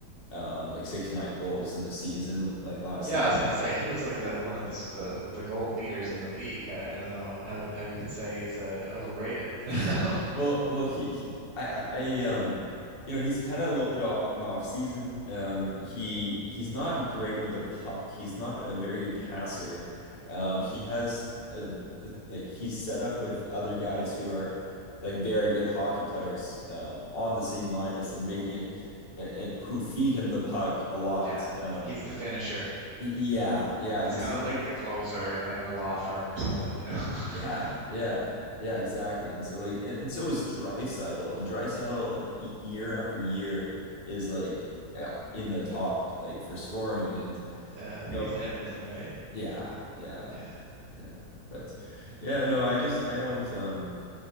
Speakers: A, on the left (about 40°); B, on the right (about 90°).
A: um like 69 goals in a season like last
B: Yeah,
A: season.
B: I was gonna say he was like the one of the s- the, the goal leaders in the league. I, I don't know how, how you can say he's uh, overrated, you know?
A: <laughs>
B: <laughs>
A: Well, well, he, he I, I, I, um, you know, he's kind of a little bit off an off season. Um, he he's not
B: Mm,
A: great with the puck. He's not a very good passer. Um,
B: mm.
A: he has a, a- like he's set up with other guys who are like very good hockey players um, on the same line as him, making it and, who feed him the puck a lot.
B: Yeah,
A: Um,
B: he's the finisher.
A: y- yeah, yeah,
B: He's
A: and
B: kind
A: so
B: of
A: like
B: like the closer in a in a law firm or something, you know? <laughs>
A: Yeah, yeah, yeah, exactly. And so like and and so is Drysdale and Drysdale y- year after year is like yeah, in the top like for scoring and
B: Yeah,
A: you know
B: he's Edmonton, right?
A: yeah, yeah.
B: Yeah.
A: Yeah. But yeah, no, I just I don't um